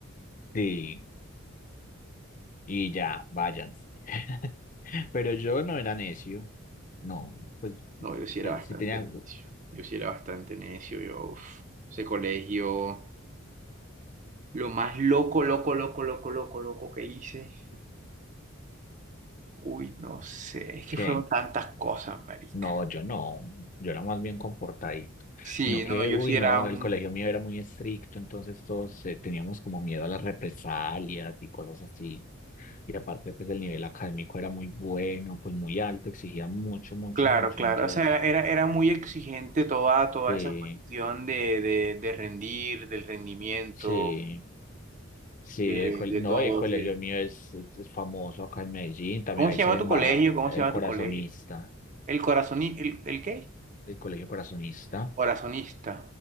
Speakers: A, on the left; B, on the right.
A: Sí, y ya, váyanse. <laughs> Pero yo no era necio. No, pues,
B: No, yo sí era
A: pues
B: bastante
A: sí tenía,
B: necio. Yo sí era bastante necio, yo, uf, ese colegio, lo más loco, loco, loco, loco, loco, loco que hice. Uy, no sé, es que
A: ¿qué?
B: fueron tantas cosas, marica.
A: No, yo no, yo era más bien comportadito,
B: Sí,
A: sino que,
B: no, yo
A: uy,
B: sí
A: no,
B: era un
A: el colegio mío era muy estricto, entonces todos eh, teníamos como miedo a las represalias y cosas así. Y aparte, pues el nivel académico era muy bueno, pues muy alto, exigía mucho, mucho,
B: Claro,
A: mucho.
B: claro.
A: Entonces,
B: O sea, era, era, era muy exigente toda, toda
A: sí,
B: esa cuestión de, de, de rendir, del rendimiento,
A: sí, sí,
B: de,
A: el col-
B: de
A: no,
B: todo.
A: y el colegio
B: sí.
A: mío es, es- es famoso acá en Medellín, también
B: ¿Cómo
A: ahí
B: se llama
A: se embarra
B: tu colegio? ¿Cómo
A: el
B: se llama
A: corazonista,
B: tu colegio? ¿El corazoni, el, el qué?
A: el colegio corazonista.
B: Corazonista.